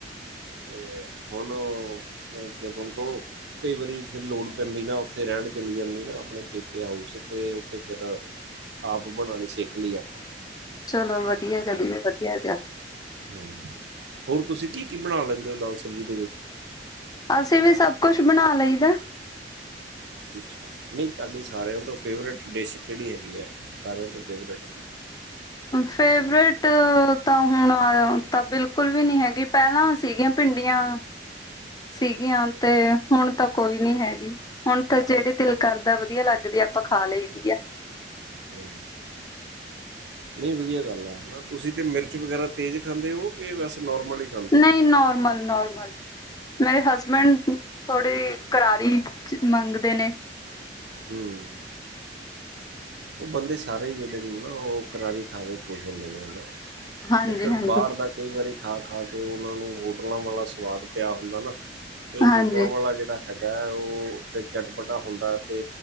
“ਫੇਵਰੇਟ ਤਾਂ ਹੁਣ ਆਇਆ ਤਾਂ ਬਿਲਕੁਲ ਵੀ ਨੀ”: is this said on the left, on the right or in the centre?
Left